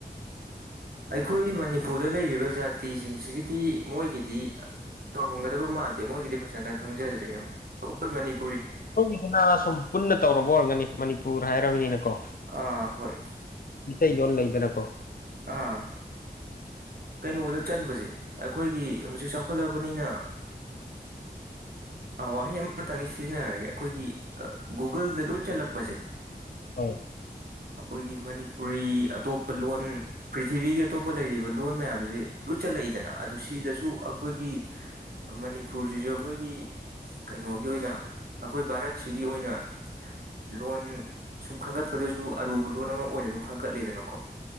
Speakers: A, on the right (about 65°); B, on the left (about 60°).
A: ꯑꯩꯈꯣꯏꯒꯤ ꯃꯅꯤꯄꯨꯔꯗ ꯂꯩꯔꯤꯕ ꯖꯥꯠ ꯖꯇꯤ ꯁꯤꯡꯁꯤꯒꯤꯗꯤ ꯃꯣꯏꯒꯤꯗꯤ ꯇꯧꯔꯝꯒꯗꯕ ꯃꯥꯟꯗꯦ ꯃꯣꯏꯒꯤꯗꯤ ꯐꯖꯅ ꯈꯪꯖꯗ꯭ꯔꯦ ꯏꯌꯥꯝꯕ ꯑꯩꯈꯣꯏ ꯃꯅꯤꯄꯨꯔ
B: ꯑꯩꯈꯣꯏꯒꯤꯁꯤꯅ ꯁꯨꯝ ꯄꯨꯟꯅ ꯇꯧꯔꯕ ꯑꯣꯏꯔꯝꯒꯅꯤ ꯃꯅꯤꯄꯨꯔ ꯍꯥꯏꯔꯕꯅꯤꯅꯀꯣ
A: ꯑꯥ ꯍꯣꯏ
B: ꯑꯩ ꯂꯣꯟ ꯂꯩꯗꯅꯀꯣ
A: ꯑꯥ ꯀꯩꯅꯣꯗ ꯆꯟꯕꯁꯦ ꯑꯩꯈꯣꯏꯒꯤ ꯍꯧꯖꯤꯛ ꯆꯥꯎꯈꯠꯂꯕꯅꯤꯅ <inaudible> ꯑꯥ ꯋꯥꯍꯩ ꯑꯃꯇꯪ ꯑꯩ ꯁꯤꯖꯤꯟꯅꯔꯒꯦ ꯑꯩꯈꯣꯏꯒꯤ ꯒꯨꯒꯜꯗ ꯂꯣꯏ ꯆꯜꯂꯛꯄꯁꯦ
B: ꯑꯧ
A: ꯑꯩꯈꯣꯏꯒꯤ ꯃꯅꯤꯄꯨꯔꯤ ꯑꯇꯣꯞ ꯂꯣꯟ ꯄ꯭ꯔꯤꯊꯤꯕꯤꯒꯤ ꯑꯇꯣꯞꯄ ꯂꯩꯔꯤꯕ ꯂꯣꯟ ꯃꯌꯥꯝꯁꯦ ꯂꯣꯏ ꯆꯜꯂꯛꯏꯗꯅ ꯑꯗꯨ ꯁꯤꯗꯁꯨ ꯑꯩꯈꯣꯏꯒꯤ ꯃꯅꯤꯄꯨꯔꯁꯤꯁꯨ ꯑꯩꯈꯣꯏꯒꯤ ꯀꯩꯅꯣꯒꯤ ꯑꯣꯏꯅ ꯑꯩꯈꯣꯏ ꯚꯥꯔꯠꯁꯤꯒꯤ ꯑꯣꯏꯅ ꯂꯣꯟ ꯁꯨꯝ ꯈꯟꯒꯠꯄꯗꯁꯨ ꯑꯔꯨꯕ ꯂꯣꯟ ꯑꯃ ꯑꯣꯏꯅ ꯑꯗꯨꯝ ꯈꯟꯒꯠꯂꯦꯗꯅꯀꯣ